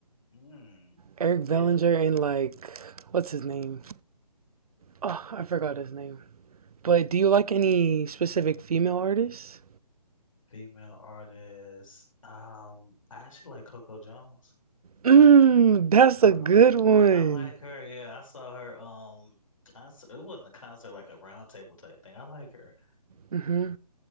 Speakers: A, on the left; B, on the right.
A: Mm,
B: Eric
A: yeah,
B: Bellinger, and like, what's his name? Oh, I forgot his name. But do you like any specific female artists?
A: female artists. Um, I actually like Coco Jones.
B: Mmm, that's
A: I
B: a good
A: like that.
B: one.
A: I like her. Yeah, I saw her um concert. It wasn't a concert, like a round table type thing. I like her.
B: hmm